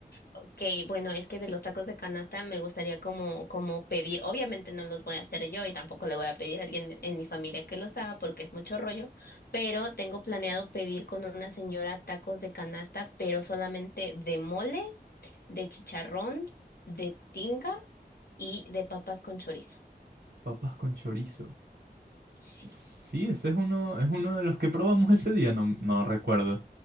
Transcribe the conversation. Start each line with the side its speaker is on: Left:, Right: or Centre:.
Left: Ok, bueno, es que de los tacos de canasta me gustaría como, como pedir, obviamente no los voy a hacer yo y tampoco le voy a pedir a alguien en mi familia que los haga porque es mucho rollo, pero tengo planeado pedir con una señora tacos de canasta, pero solamente de mole, de chicharrón, de tinga y de papas con chorizo.
Right: Papas con chorizo.
Left: Sí.
Right: Sí, ese es uno, es uno de los que probamos ese día, no, no recuerdo.